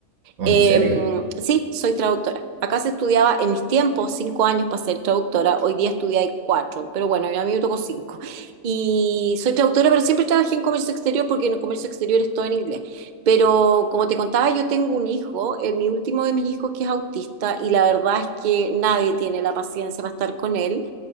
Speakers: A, on the right; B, on the right.
A: Oh,
B: Eh,
A: ¿En serio?
B: sí, soy traductora. Acá se estudiaba en mis tiempos cinco años para ser traductora, hoy día estudié cuatro, pero bueno, a mí me tocó cinco. Y soy traductora, pero siempre trabajé en comercio exterior porque en el comercio exterior es todo en inglés. Pero como te contaba, yo tengo un hijo, eh, mi último de mis hijos que es autista y la verdad es que nadie tiene la paciencia para estar con él.